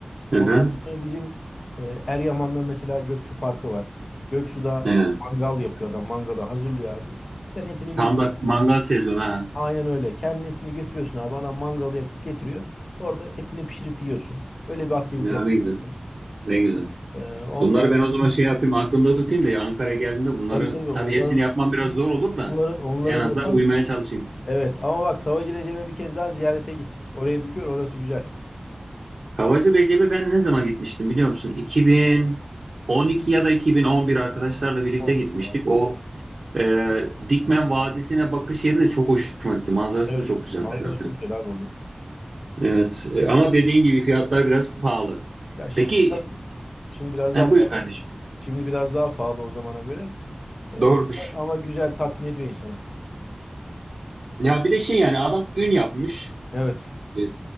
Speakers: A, on the left (about 65°); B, on the right (about 75°).
A: Ondan
B: Hı hı.
A: sonra bizim e, Eryaman'da mesela Göksu Parkı var. Göksu'da
B: Evet.
A: mangal yapıyor adam. Mangalı hazırlıyor abi. Sen etini götür.
B: Tam da mangal sezonu ha.
A: Aynen öyle. Kendin etini götürüyorsun abi. Adam mangalı yakıp getiriyor. Orada etini pişirip yiyorsun. Öyle bir aktivite
B: Ya
A: yapıyorsun.
B: ne güzel. Ne güzel.
A: Ee, onlar
B: Bunları ben o zaman şey yapayım aklımda tutayım da ya Ankara'ya geldiğimde bunları
A: tabii tabii onların
B: tabii hepsini yapmam biraz zor olur
A: onların
B: da
A: onların
B: en azından
A: okan
B: uymaya çalışayım.
A: Evet ama bak Tavacı Recep'e bir kez daha ziyarete git. Orayı bir gör orası güzel.
B: Havacı Recep'e ben ne zaman gitmiştim biliyor musun? 2012 ya da 2011 arkadaşlarla birlikte
A: Olmuş
B: gitmiştik.
A: ya.
B: O e, Dikmen Vadisi'ne bakış yeri de çok hoşuma gitti. Manzarası
A: Evet.
B: da çok güzeldi
A: Manzara
B: zaten.
A: çok güzel abi orada.
B: Evet e, ama dediğin gibi fiyatlar biraz pahalı.
A: Ya şimdi
B: Peki
A: şimdi biraz
B: e,
A: daha
B: ha,
A: pahalı.
B: buyur kardeşim.
A: Şimdi biraz daha pahalı o zamana göre. Ee,
B: Doğrudur.
A: ama ama güzel tatmin ediyor insanı.
B: Ya bir de şey yani adam ün yapmış.
A: Evet.
B: E,